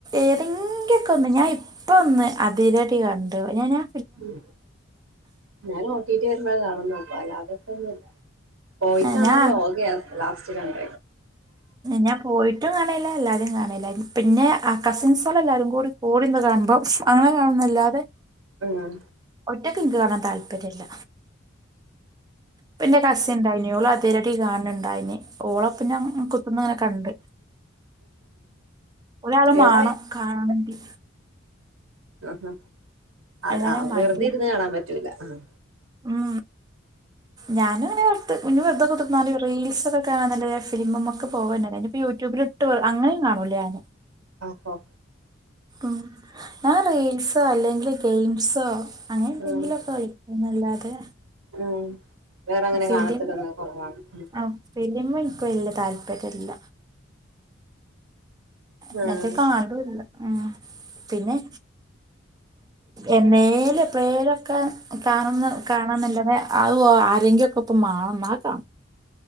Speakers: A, on the right; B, on the right.
A: എതെങ്കൊക്കെ ഒന്ന് ഞാൻ ഇപ്പ ഒന്ന് അതിരട്ടി കണ്ട ഞാന ഞാ
B: ഉം ഞാന് ഓട്ടിട്ട് വരുമ്പോഴാ കാണുന്നെ അല്ലാത്തപ്പോ ഒന്നുല്ല പോയിട്ടാണ
A: ഏ, ഞാൻ
B: ലോക ലാസ്റ്റ് കൺണ്ട
A: ഞാ പോയിട്ടും കാണല്ല എല്ലാരും കാണല്ല പിന്നെ ആ കസിൻസോള എല്ലാരും കൂടി ഇവിടെ എന്താ കാണുമ്പോ അങ്ങനെ കാണുന്നല്ലാതെ
B: ആഹ
A: ഒറ്റക്ക് എനിക്ക് കാണാൻ താല്പര്യമല്ല പിന്നെ ന്റെ കസ് ഉണ്ടനേള അതിരടി കാണുണ്ടായിനെ ഓളപ്പ ഞാൻ കുത്തുന്ന അങ്ങനെ കണ്ട് ഒരാള്
B: ഏതാ
A: മാണം കാണണെങ്കി
B: ആഹ്
A: അല്ലാതെ
B: ആഹ്
A: മടി
B: വെറുതെ ഇരുന്ന് കാണാൻ പറ്റൂല്ല ആഹ്
A: ഉം ഞാനും ഇങ്ങനെ വെറുത വെറുതെ കൊടുുന്ന റീൽസ് ഒക്കെ കാണാ നല്ല ഫിലിമൊക്കെ പോകൻന്ന ഇതിനിപ്പ യൂട്യൂബിൽ ഇട്ട് അങ്ങനെയ കാണുല ഞാൻ
B: ആഹോ
A: ഉം, ഞാൻ റീൽസോ അല്ലെങ്കിൽ ഗെയിംസോ, അങ്ങനെ എന്തെങ്കിലുംക്ക
B: ഉം
A: കഴിക്കന്നല്ലാതെ
B: ഉം വേറെ അങ്ങനെ
A: ഫ <unintelligible>
B: <unintelligible>
A: ആ ഫിലിം എനിക്ക് വല്ല്യ താല്പര്യം ഇല്ല
B: ഉം
A: എന്നത്തെ കാണുല്ല ഉ പിന്നെ എന്നേല എപ്പഴേലൊക്കെ കാണുന്ന കാണന്നല്ലതെ അത് ആരെങ്കുക്കെ ഇപ്പ മാണണം എന്ന കാണാം